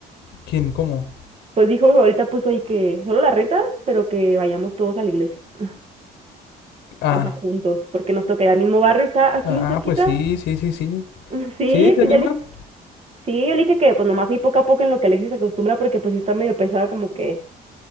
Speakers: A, on the left; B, on the right.
A: ¿Quién? ¿Cómo?
B: Pues dijo, ahorita puso ahí que solo la renta, pero que vayamos todos a la iglesia. <laughs>
A: Ah,
B: O sea, juntos, porque nos toca ya el mismo barrio, está aquí
A: ah,
B: bien cerquita.
A: pues sí, sí, sí, sí.
B: <laughs> Sí,
A: ¿Sí? ¿Se
B: pues
A: animan?
B: ya le... Sí, yo le dije que pues nomás ahí poco a poco en lo que Alexis se acostumbra, porque pues sí está medio pesada como que